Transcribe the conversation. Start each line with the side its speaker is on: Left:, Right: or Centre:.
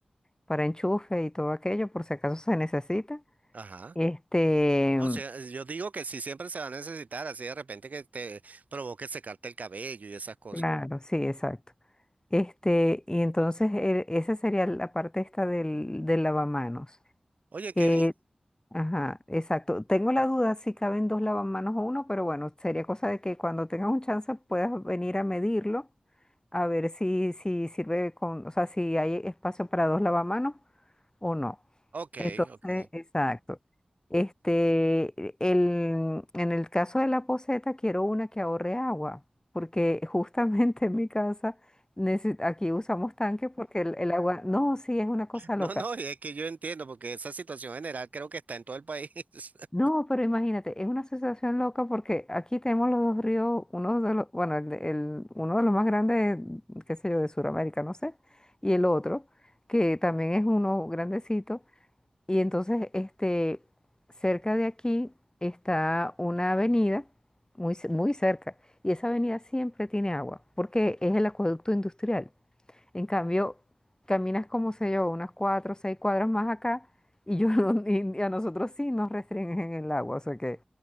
Left: para enchufe y todo aquello, por si acaso se necesita.
Right: Ajá.
Left: Este,
Right: O sea, yo digo que sí siempre se va a necesitar, así de repente que te provoque secarte el cabello y esas cosas.
Left: claro, sí, exacto. Este, y entonces e- esa sería la parte esta del, del lavamanos.
Right: Oye, qué
Left: Eh,
Right: bien.
Left: Ajá, exacto. Tengo la duda si caben dos lavamanos o uno, pero bueno, sería cosa de que cuando tengas un chance puedas venir a medirlo, a ver si, si sirve con, o sea, si hay espacio para dos lavamanos o no.
Right: Ok,
Left: Entonces,
Right: ok.
Left: exacto. Este, el, en el caso de la poceta, quiero una que ahorre agua, porque <laughs> justamente en mi casa, necesi- aquí usamos tanque porque el, el agua, no, sí, es una cosa
Right: No,
Left: loca.
Right: no, y es que yo entiendo, porque esa situación general creo que está en todo el país. <laughs>
Left: No, pero imagínate, es una sensación loca porque aquí tenemos los dos ríos, uno de los, bueno, el, de- el- uno de los más grandes, qué sé yo, de Sudamérica, no sé, y el otro, que también es uno grandecito. Y entonces, este, cerca de aquí está una avenida, muy, ce- muy cerca, y esa avenida siempre tiene agua, porque es el acueducto industrial. En cambio, caminas como sé yo, unas cuatro o seis cuadras más acá y yo no- <laughs> y- y a nosotros sí nos restringen el agua. O sea que,